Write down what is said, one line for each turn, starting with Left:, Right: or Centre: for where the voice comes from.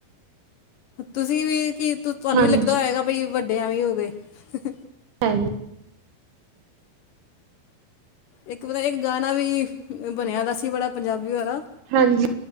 Left: ਤੁਸੀਂ ਵੀ ਕੀ ਤੁਹਾਨੂੰ
Right: ਹਾਂਜੀ
Left: ਵੀ ਲੱਗਦਾ ਹੋਏਗਾ, ਬਈ ਵੱਡੇ ਐਵੇ ਹੋ ਗਏ ਹ
Right: ਹਾਂ <inaudible>
Left: ਇੱਕ ਪਤਾ ਇੱਕ ਗਾਣਾ ਵੀ ਬਣਿਆ ਦਾ ਸੀ, ਬੜਾ ਪੰਜਾਬੀ ਵਾਲਾ।
Right: ਹਾਂਜੀ।